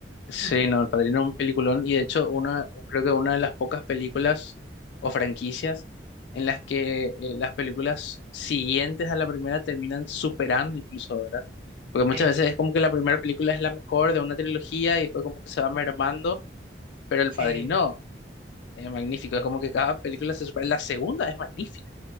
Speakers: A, on the left (about 75°); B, on the right (about 30°).
A: Sí,
B: <laughs>
A: no, El Padrino es un peliculón y de hecho una, creo que una de las pocas películas o franquicias en las que eh, las películas siguientes a la primera terminan superando incluso, ¿verdad? Porque muchas
B: Sí,
A: veces es como que la primera película es la mejor de una trilogía y después como que se va mermando, pero El
B: sí,
A: Padrino es magnífico, es como que cada película se supera, la segunda es magnífica.